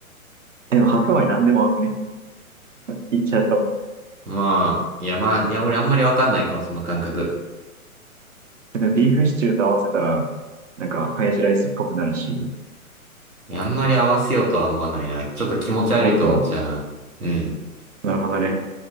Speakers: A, on the right; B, on the right.
A: え、でも白米なんでも合うくね言っちゃうと。
B: まあ、いやまあ、いや俺あんまりわかんないかも、その感覚。
A: でもビーフシチューと合わせたら、なんか、ハヤシライスっぽくなるし、
B: いや、あんまり合わせようとは思わないな。ちょっと気持ち悪いと思っちゃうな。
A: ほんと、
B: うん。
A: なるほどね。